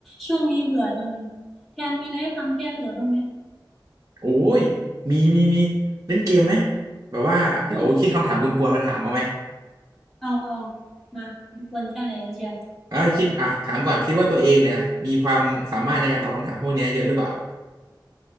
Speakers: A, in the centre; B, on the right (about 40°).
A: ช่วงนี้เบื่อจังเลยแทนมีอะไรให้ทำแก้เบื่อบ้างไหม
B: โอ้ยมี มี มี เล่นเกมไหม แบบว่า เดี๋ยวคิดคำถามกวนๆมาถามเอาไหม
A: เออเอาเอามาดูควรแค่ไหนกันเชียว
B: เอ้ยคิดอ่ะถามก่อนคิดว่าตัวเองเนี่ย มีความสามารถในการตอบคำถามพวกเนี้ยเยอะหรือเปล่า